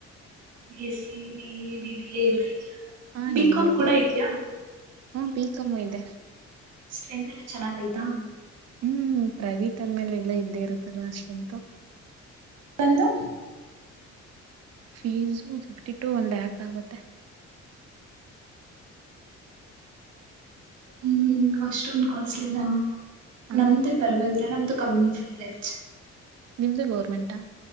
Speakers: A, on the right; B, on the right.
A: B S B A BBA ಎಲ್ಲ ಐತಿಯಾ
B: ಹಾ
A: ಬಿಿಕಾಾಮ್
B: ಎಲ್ಲ ಇದೆ
A: ಕೂಡ ಐತಿಯಾ
B: ಹ್ಮ ಬೀ ಕಮಯದೆೆ
A: ಸ್ಟ್ರೆಂತ್ ಎಲ್ಲ ಚೆನ್ನಾಗಯ್ತಾ
B: ಹ್ಮ್ ಪ್ರೈವೇಟ್ ಅಂದ್ಮೇಲೆ ಎಲ್ಲಾ ಇದ್ದೇ ಇರುತ್ತಲ್ ಅಷ್ಟೆಟು
A: ಒಂದು
B: ಫೀಸ್ ಫಿಫ್ಟಿ ಟು ಒಂದ್ ಲೆಕ್ ಆಗುತ್ತೆ
A: ಹ್ಮ್ ಅಷ್ಟೊಂದ ಕಾಸ್ಟ್ಲಿನ
B: ಹ
A: ನಮ್ದೇ ಪರವಾಗಿಲ್ಲ ನಮ್ದು ಕಮ್ಮಿ ಫೀಸ್ ಆಯ
B: ನಿಮ್ದು ಗೌರ್ಮೆಂಟಾ